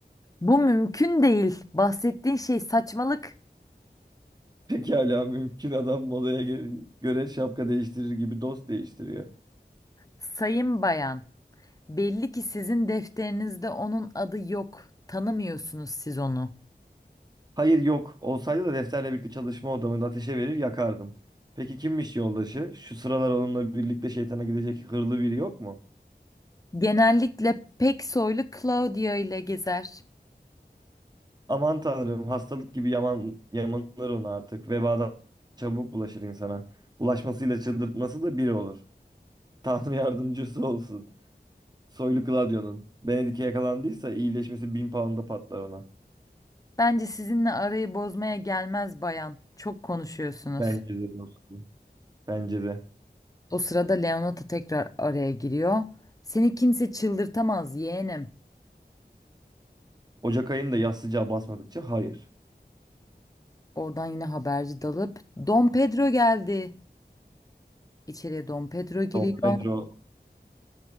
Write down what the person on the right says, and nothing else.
Pekala mümkün adam modaya gö- göre şapka değiştirir gibi dost değiştiriyor.
Hayır yok. Olsaydı da defterle birlikte çalışma odamında ateşe verir yakardım. Peki kimmiş yoldaşı? Şu sıralar onunla birlikte şeytana gidecek hırlı biri yok mu?
Aman tanrım hastalık gibi yaman, yamanır onu artık. Vebadan çabuk bulaşır insana. Bulaşmasıyla çıldırtması da biri olur. Tanrı yardımcısı olsun. Soylu Claudio'nun. Benedik'e yakalandıysa iyileşmesi bin pound'a patlar ona.
Bence de dostum. Bence de.
Ocak ayında yaz sıcağı basmadıkça hayır.
Don Pedro